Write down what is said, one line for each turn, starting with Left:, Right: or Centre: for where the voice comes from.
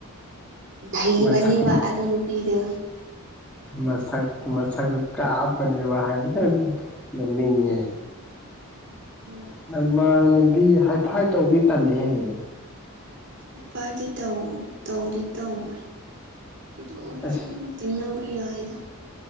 Right: ꯅꯍꯩꯕꯅꯦꯕ
Centre: ꯃꯁꯛ
Right: ꯑꯗꯨ ꯅꯨꯄꯤꯗꯨ
Centre: ꯃꯁꯛ ꯃꯁꯛꯇꯣ ꯀꯥꯞꯄꯅꯦꯕ <unintelligible> ꯅꯣꯛꯅꯤꯡꯉꯦ
Right: ꯅꯣꯛꯑꯣ
Centre: ꯢꯃꯥꯟꯅꯕꯤ ꯍꯥꯏꯐꯥꯏ ꯇꯧꯕꯤ ꯇꯜꯂꯦꯍꯦ
Right: ꯍꯥꯏ ꯐꯥꯢꯚꯗꯤ ꯇꯧ ꯇꯧꯗꯤ ꯇꯧꯋꯦ ꯑꯗꯨ ꯑꯣꯏꯔꯁꯨ
Centre: ꯑꯁ
Right: ꯑꯗꯨꯝ ꯇꯤꯟꯅꯕ ꯌꯥꯏꯗ